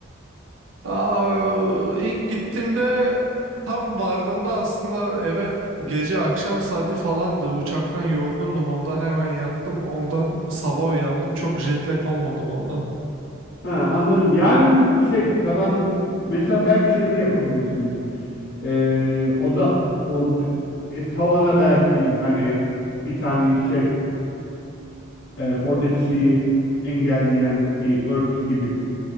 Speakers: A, on the right; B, on the left.
A: Aa, ilk gittiğimde tam vardığımda aslında eve gece akşam saati falandı. Uçaktan yorgundum ondan hemen yattım. Ondan sabah uyandım. Çok jet lag olmadım ondan.
B: Ha, anladım. Yani bu şey karanlık. Mesela belki şey de yapabilirsin. Ee, o da o e, tavana belki hani bir tane şey e, oradaki şeyi engelleyen bir örtü gibi